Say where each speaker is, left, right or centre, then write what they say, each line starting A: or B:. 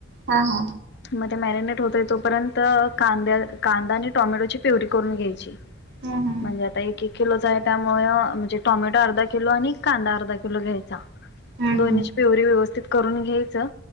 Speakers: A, on the right; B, on the left.
A: हा, हा.
B: मग मॅरिनेट होतय तोपर्यंत कांद्या कांदा आणि टोमॅटोची प्युरी करून घ्यायची.
A: ह ह.
B: म्हणजे आता एक-एक किलोच आहे, त्यामुळे म्हणजे टॉमॅटो अर्धा किलो आणि कांदा अर्धा किलो घ्यायचा
A: हा
B: दोन्हीची प्युरी व्यवस्थित करून घ्यायचं